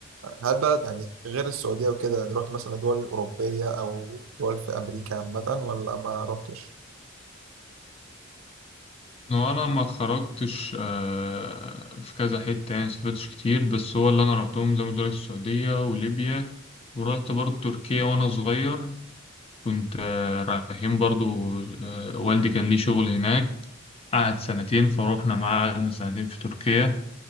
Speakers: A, on the right; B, on the left.
A: هل بقى يعني غير السعودية وكده رحت مثلا دول أوروبية أو دول في أمريكا عامة ولا ما رحتش؟
B: هو انا ما خرجتش آه، في كذا حتة يعني سافرتش كتير بس هو اللي انا رحتهم زي ما قلت لك السعودية وليبيا ورحت برضه تركيا وانا صغير كنت آه، رايحين برضو آه، والدي كان ليه شغل هناك قعد سنتين فروحنا معاه قعدنا سنتين في تركيا